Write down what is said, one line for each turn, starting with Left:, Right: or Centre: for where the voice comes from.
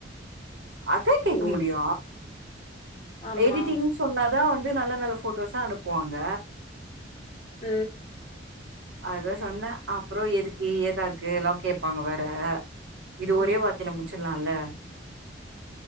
Right: அதே கேக்க
Left: சேரி
Right: முடியு
Left: சேரி ஆமா
Right: எடிட்டிங்குனு சொன்னாதா வந்து நல்ல நல்ல போட்டோஸா அனுப்புவாங்க
Left: ம்
Right: அதா சொன்னே அப்பறோ எதுக்கு ஏதாக்கு எல்லா கேட்பாங்க வேற இது
Left: ம்
Right: ஒரே வாட் தில முடிச்சிர்லாயில்ல